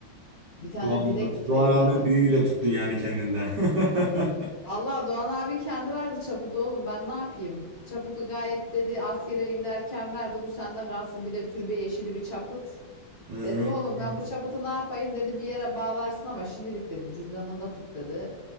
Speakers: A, on the left; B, on the right.
A: Bir tane
B: Doğan,
A: dilek tutayım
B: Doğan abimin
A: dedim.
B: büyüğüyle tuttun yani kendinde. <laughs>
A: Vallahi Doğan abin kendi verdi çaputu oğlum ben ne yapayım? Çaputu gayet dedi askere giderken verdi bu sende kalsın bir de türbe yeşili bir çaput.
B: Hmm.
A: Dedim oğlum ben bu çapıtı ne yapayım dedi bir yere bağlarsın ama şimdilik dedi cüzdanında tut dedi.